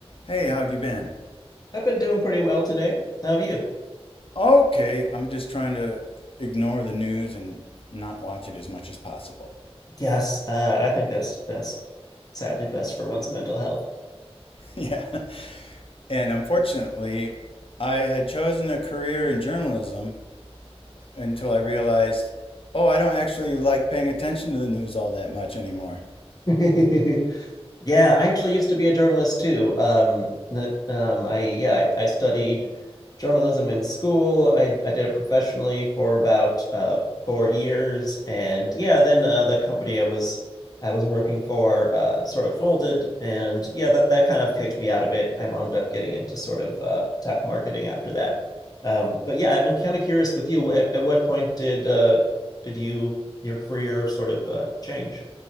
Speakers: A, on the left (about 60°); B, on the left (about 35°).
A: Hey, how have you been?
B: I've been doing pretty well today. How have you?
A: Okay, I'm just trying to ignore the news and not watch it as much as possible.
B: Yes, uh, I think that's that's sadly best for one's mental health.
A: <laughs> yeah. And unfortunately, I had chosen a career in journalism until I realized, oh, I don't actually like paying attention to the news all that much anymore.
B: <laughs> Yeah, I actually used to be a journalist too. Um, n- um, I yeah, I, I studied journalism in school. I I did it professionally for about uh four years, and yeah, then uh, the company I was I was working for uh sort of folded, and yeah, that that kind of kicked me out of it. I wound up getting into sort of uh tech marketing after that. Um, but yeah, I'm kind of curious with you. At, at what point did uh did you your career sort of uh change?